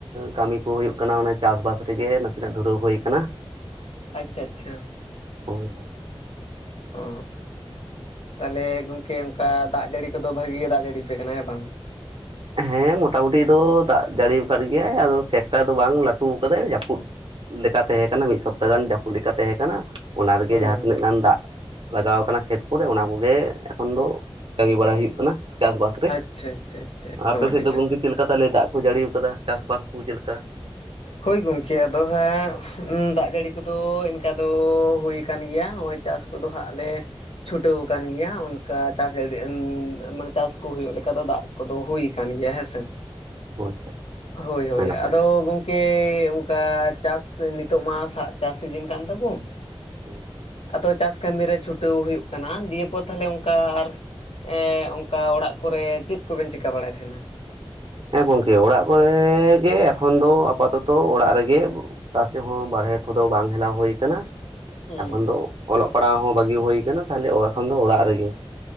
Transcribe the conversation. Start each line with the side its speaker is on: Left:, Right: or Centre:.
Right: ᱠᱟᱹᱢᱤ ᱠᱚ ᱦᱩᱭᱩᱜ ᱠᱟᱱᱟ᱾ ᱚᱱᱮ ᱪᱟᱥ ᱵᱟᱥ ᱨᱮᱜᱮ ᱱᱟᱥᱮᱱᱟᱜ ᱫᱷᱩᱨᱟᱹᱣ ᱦᱩᱭ ᱠᱟᱱᱟ᱾
Left: ᱟᱪᱪᱷᱟ ᱟᱪᱪᱷᱟ᱾
Right: ᱦᱳᱭ᱾ ᱦᱳᱭ
Left: ᱚ, ᱛᱟᱦᱚᱞᱮ ᱜᱚᱝᱠᱮ ᱚᱱᱠᱟ ᱫᱟᱜ ᱡᱟᱹᱲᱤ ᱠᱚᱫᱚ ᱵᱷᱟᱜᱤ ᱜᱮ ᱫᱟᱜ ᱡᱟᱹᱲᱤ ᱟᱯᱮ ᱠᱟᱱᱟ ᱦᱮᱸ ᱵᱟᱝ?
Right: ᱦᱮᱸ, ᱢᱚᱴᱟ ᱢᱩᱴᱤ ᱫᱚ ᱫᱟᱜ ᱡᱟᱹᱲᱤ ᱟᱠᱟᱣᱫ ᱜᱮᱭᱟᱭ᱾ ᱟᱫᱚ ᱥᱮᱠᱴᱟ ᱫᱚ ᱵᱟᱝ ᱞᱟᱹᱴᱩ ᱠᱟᱫᱟᱭ ᱡᱟᱹᱯᱩᱫ ᱞᱮᱠᱟ ᱛᱮᱦᱮᱸ ᱠᱟᱱᱟ ᱢᱤᱫ ᱥᱚᱯᱛᱟ ᱜᱟᱱ, ᱡᱟᱹᱯᱩᱫ ᱞᱮᱠᱟ ᱛᱮᱦᱮᱸ ᱠᱟᱱᱟ᱾ ᱚᱱᱟ ᱨᱮᱜᱮ
Left: ᱦᱩᱸ
Right: ᱡᱟᱦᱟᱸ ᱛᱤᱱᱟᱹᱜ ᱫᱟᱜ᱾ ᱞᱟᱜᱟᱣ ᱟᱠᱟᱱᱟ ᱠᱷᱮᱛ ᱠᱚᱨᱮ ᱚᱱᱟ ᱠᱚᱜᱮ ᱮᱠᱷᱚᱱ ᱫᱚ ᱠᱟᱹᱢᱤ ᱵᱟᱲᱟ ᱦᱩᱭᱩᱜ ᱠᱟᱱᱟ ᱪᱟᱥ-ᱵᱟᱥ ᱨᱮ?
Left: ᱟᱪᱪᱷᱟ ᱟᱪᱪᱷᱟ᱾ ᱟᱪᱪᱷᱟ ᱮᱠᱫᱚᱢ
Right: ᱟᱯᱮ
Left: ᱟᱹᱰᱤ
Right: ᱥᱮᱫ ᱫᱚ
Left: ᱵᱮᱥ
Right: ᱜᱚᱝᱠᱮ ᱪᱮᱫ ᱞᱮᱠᱟ ᱛᱟᱦᱞᱮ ᱫᱟᱜ ᱠᱚ ᱡᱟᱹᱲᱤᱣ ᱠᱟᱫᱟ? ᱪᱟᱥ-ᱵᱟᱥ ᱠᱚ ᱪᱮᱫ ᱞᱮᱠᱟ?
Left: ᱦᱳᱭ ᱜᱚᱝᱠᱮ ᱟᱫᱚ ᱦᱟᱸᱜ ᱫᱟᱜ ᱡᱟᱹᱲᱤ ᱠᱚᱫᱚ ᱮᱱᱠᱟ ᱫᱚ ᱦᱩᱭ ᱠᱟᱱ ᱜᱮᱭᱟ ᱦᱚᱸᱜ-ᱚᱭ ᱪᱟᱥ ᱠᱚᱫᱚ ᱦᱟᱸᱜ ᱞᱮ ᱪᱷᱩᱴᱟᱹᱣ ᱟᱠᱟᱱ ᱜᱮᱭᱟ ᱚᱱᱠᱟ ᱪᱟᱥ ᱡᱟᱹᱲᱤ ᱢᱟᱱᱮ ᱪᱟᱥ ᱠᱚ ᱦᱩᱭᱩᱜ ᱞᱮᱠᱟ ᱫᱚ ᱫᱟᱜ ᱠᱚ ᱫᱚ ᱦᱩᱭ ᱟᱠᱟᱱ ᱜᱮᱭᱟ ᱦᱮᱸᱥᱮ᱾
Right: ᱚ ᱟᱪᱪᱷᱟ ᱟᱪᱪᱷᱟ
Left: ᱦᱳᱭ ᱦᱳᱭ,
Right: ᱟᱹᱰᱤ ᱱᱟᱯᱟᱭ
Left: ᱟᱫᱚ ᱠᱮ ᱚᱱᱠᱟ ᱪᱟᱥ ᱱᱤᱛᱚᱜ ᱢᱟ ᱦᱟᱸᱜ ᱪᱟᱥ ᱥᱤᱡᱤᱱ ᱠᱟᱱ ᱛᱟᱵᱚᱱ᱾
Right: ᱦᱩᱸ ᱦᱩᱸ᱾
Left: ᱟᱫᱚ ᱪᱟᱥ ᱠᱟᱹᱢᱤᱨᱮ ᱪᱷᱩᱴᱟᱹᱣ ᱦᱩᱭᱩᱜ ᱠᱟᱱᱟ᱾ ᱫᱤᱭᱮᱯᱚᱨ ᱛᱷᱟᱞᱮ ᱚᱱᱠᱟ ᱟᱨ ᱮᱸᱜ ᱚᱱᱠᱟ ᱚᱲᱟᱜ ᱠᱚᱨᱮ ᱪᱮᱫ ᱠᱚᱵᱮᱱ ᱪᱤᱠᱟᱹ ᱵᱟᱲᱟᱭ ᱛᱟᱦᱮᱱᱟ?
Right: ᱦᱮᱸ, ᱜᱚᱝᱠᱮ ᱚᱲᱟᱜ ᱠᱚᱨᱮ ᱜᱮ ᱮᱠᱷᱚᱱ ᱫᱚ ᱟᱯᱟᱛᱚᱛᱚ ᱚᱲᱟᱜ ᱨᱮᱜᱮ᱾ ᱚᱠᱟ ᱥᱮᱜ ᱦᱚᱸ ᱵᱟᱨᱦᱮ ᱠᱚᱫᱚ ᱵᱟᱝ ᱦᱮᱞᱟᱣ ᱦᱩᱭ ᱠᱟᱱᱟ᱾
Left: ᱦᱩᱸ
Right: ᱮᱠᱷᱚᱱ ᱫᱚ ᱚᱞᱚᱜ ᱯᱟᱲᱦᱟᱜ ᱦᱚᱸ ᱵᱷᱟᱹᱜᱤ ᱦᱩᱭ ᱠᱟᱱᱟ, ᱛᱟᱦᱚᱞᱮ ᱮᱠᱷᱚᱱ ᱫᱚ ᱚᱲᱟᱜ ᱨᱮᱜᱮ᱾